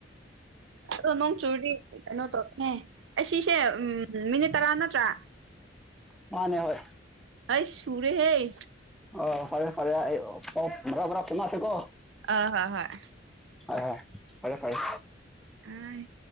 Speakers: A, on the right; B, in the centre.
A: ꯑꯗꯣ ꯅꯣꯡꯆꯨꯗꯤ ꯀꯩꯅꯣ ꯇꯧꯔꯅꯦ ꯑꯩ ꯁꯤꯁꯦ ꯎ ꯃꯤꯅꯤꯠ ꯇꯔꯥ ꯅꯠꯇ꯭ꯔꯥ
B: ꯃꯥꯅꯦ ꯍꯣꯏ
A: ꯑ ꯁꯨꯔꯦ ꯍꯥꯏꯦ
B: ꯑꯣ ꯐꯔꯦ ꯐꯔꯦ ꯑꯣ ꯕꯔꯥ ꯕ꯭ꯔꯥ ꯊꯃꯥꯁꯦ ꯀꯣ
A: ꯑ ꯍꯣꯏ ꯍꯣꯏ
B: ꯍ ꯍꯣꯏ ꯐꯔꯦ ꯐꯔ
A: ꯑ